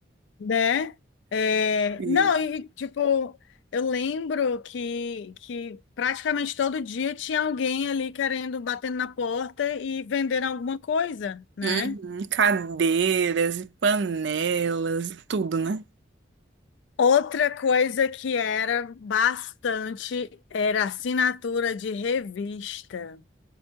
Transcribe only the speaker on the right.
Sim.
Uhum. Cadeiras e panelas, e tudo, né?